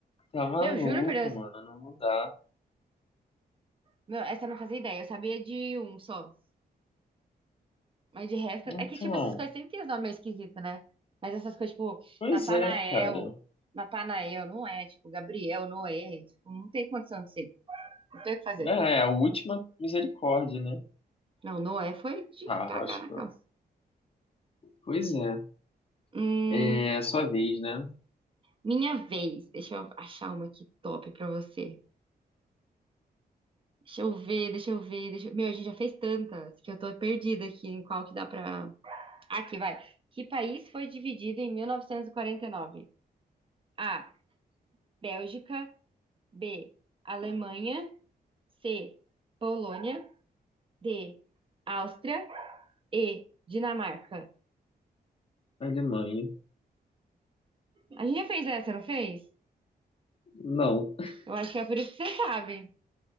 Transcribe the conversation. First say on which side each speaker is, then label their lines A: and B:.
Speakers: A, on the left; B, on the right.
A: Tá maluco,
B: Meu, juro por Deus.
A: mano. Não, não dá.
B: Meu, essa eu não fazia ideia. Eu sabia de um só. Mas de resto.
A: Então,
B: É que, tipo, essas coisas sempre tem os nomes meio esquisitos, né? Mas essas coisas, tipo,
A: pois
B: Natanael,
A: é, cara.
B: Natanael, não é. Tipo, Gabriel, Noé. Tipo, não tem condição de ser. Não tem o que fazer.
A: É, é a última misericórdia, né?
B: Não, Noé foi de
A: Ah,
B: cagar
A: acho
B: na
A: que.
B: calça.
A: Pois é.
B: Hum,
A: É sua vez, né?
B: minha vez. Deixa eu achar uma aqui top pra você. Deixa eu ver, deixa eu ver, deixa... eu- Meu, a gente já fez tantas que eu tô perdida aqui em qual que dá pra... Aqui, vai. Que país foi dividido em 1949? A. Bélgica. B. Alemanha. C. Polônia. D. Áustria. E. Dinamarca.
A: Alemanha.
B: A gente já fez essa, não fez?
A: Não.
B: Eu acho que é por isso que você sabe.